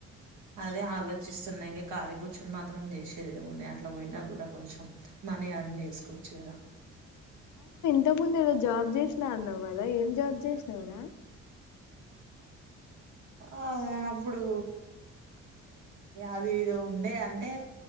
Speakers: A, on the right; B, on the left.
A: అదే ఆలోచిస్తున్నా ఇంకా ఖాళీగా కూర్చుని మాత్రం చేసేది ఏంముంది అట్లా పోయినా కూడా కొంచెం మనీ అర్న్ చేసుకోవచ్చు కదా
B: ఇంతకుముందు ఏదో జాబ్ చేసినా అన్నావు కదా ఏం జాబ్ చేసినావురా
A: ఆ అప్పుడు అది ఇదో ఉండే అంటే